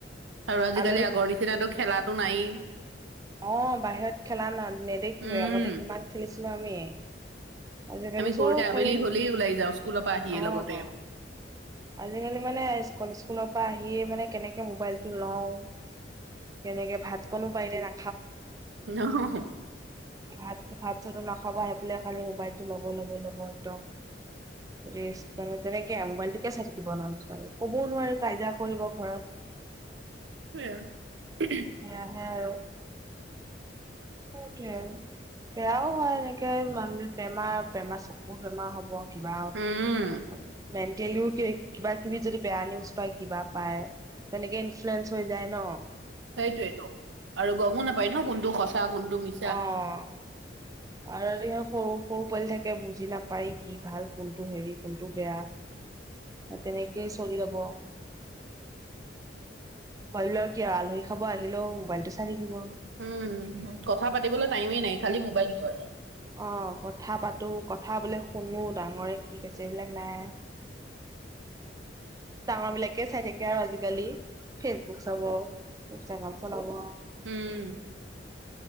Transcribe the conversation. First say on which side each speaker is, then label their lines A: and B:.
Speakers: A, on the right; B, on the right.
A: আৰু আজিকালি
B: আলহীক
A: আগৰ নিচিনাতটো খেলাতো নায়েই।
B: অঁ বাহিৰত খেলা না নেদেখোয়ে
A: উম
B: আগতে কিমান খেলিছিলো আমি। আজিকালি
A: আমি সৰুতে
B: চব
A: আবেলি
B: খাই মন
A: হলেই ওলাই যাওঁ স্কুলৰ পৰা আহিয়ে
B: অঁ
A: লগতে
B: আজিকালি মানে স্কুল স্কুলৰ পৰা আহিয়ে মানে কেনেকে মোবাইল টো লওঁ। কেনেকে ভাতখনো পাই দেনা
A: নোআহ।
B: ভাত ভাত চাত নাখাব আহি পেলাই খালি মোবাইলটো ল'ব ল'বই ল'ব একদম। ৰেষ্ট তেনেকে মোবাইল তোকে চাই থাকিব নামচে ক'বও নোৱাৰো কাজিয়া কৰিব ঘৰত।
A: সেতোয়ে আৰু।
B: সেয়া হে আৰু ঔকে। বেয়াও হয়ঁ এনেকে মান বেমাৰ বেমাৰ চকু বেমাৰ হ'ব। কিবাও
A: আৰু উম
B: - মেণ্টেলিও কিবা কিবি যদি বেয়া নিউজ পায় কিবা পায়। তেনেকে ইনফ্লুয়েন্ঞ্চ হৈ যায় ন।
A: সেইটোয়েটো আৰু গ'মো নাপায় ন কোনটো সঁচা কোনটো মিছা।
B: অঁ! আৰে সৰু সৰু পোৱালি থাকে বুজি নাপায় কি ভাল কোনটো হেৰি কোনটো বেয়া। তেনেকেই চলি ৰব। পোৱালি ল'ৰা আৰু কি আলহী খাব আহিলেও মোবাইলটো চাই থাকিব।
A: উমঁ কথা পাতিবলৈ টাইমেই নাই খালি মোবাইল ধৰ।
B: অঁ কথা পাতো কথা বোলে শুনো ডাঙৰে কি কৈছে এইবিলাক নাই। ডাঙৰ বিলাকে চাই থাকে আৰু আজিকালি ফেচবুক চাব ইনষ্টাগ্ৰাম চলাব।
A: উমঁ।